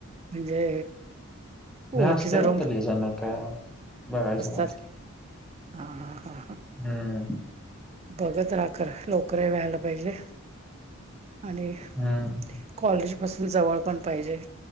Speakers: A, on the right; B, in the centre.
A: म्हणजे ओळखीचं
B: असते वाडत
A: रूम
B: लयी जणं काय बघायचं
A: असतात
B: मग.
A: हा हा हा
B: हम्म.
A: बघत रा खर लवकर व्हायला पाहिजे. आणि
B: हम्म
A: कॉलेज पासून जवळ पण पाहिजे